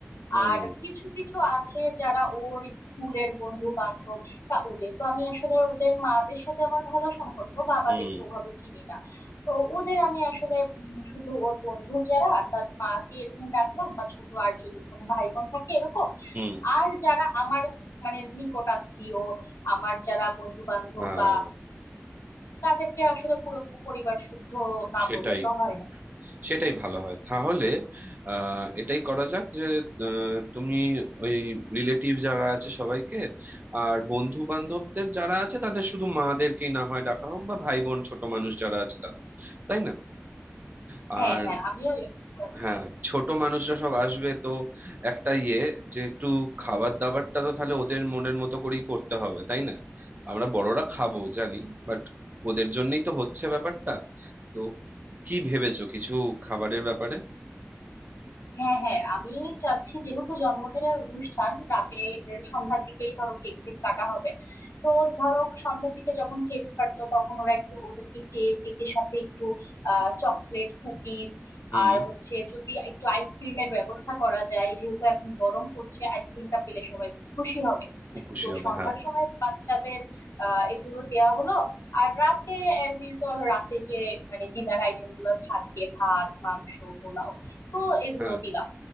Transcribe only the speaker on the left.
আর কিছু কিছু আছে যারা ওর স্কুলের বন্ধু বান্ধব তা ওদের তো আমি আসলে ওদের মাদের সাথে আমার ভালো সম্পর্ক বাবাদের
তো ওভাবে চিনি না তো ওদের আমি আসলে উম, শুধু ওর বন্ধু যারা তার মাকে এরকম ডাকলাম বা ছোট আর যদি কোনো ভাই বোন থাকে এরকম
আর যারা আমার মানে নিকট আত্মীয় আমার যারা বন্ধু বান্ধব
বা তাদেরকে আসলে পুরো পরিবার শুদ্ধ না
বললে তো হয় না
হ্যাঁ হ্যাঁ আমিও এরকম চাচ্ছি
হ্যাঁ হ্যাঁ আমি চাচ্ছি যেহেতু জন্মদিনের অনুষ্ঠান রাতে এর সন্ধ্যার দিকেই ধরো কেক ফেক কাটা হবে তো ধরো সন্ধ্যার দিকে যখন কেক কাটলো তখন ওরা একটু ওদেরকে কেক কেকের সাথে একটু আহ চকলেট কুকিজ
আর হচ্ছে যদি একটু আইসক্রিমের ব্যবস্থা করা যায় যেহেতু এখন গরম পড়ছে আইসক্রিমটা পেলে সবাই খুব খুশি হবে
তো
সন্ধ্যার
সময় বাচ্চাদের আহ এগুলো দেয়া হলো আর রাতে অ্যাজ ইউজুয়াল রাতে যে মানে ডিনার আইটেম গুলো থাকে ভাত মাংস পোলাও তো এগুলো
দিলাম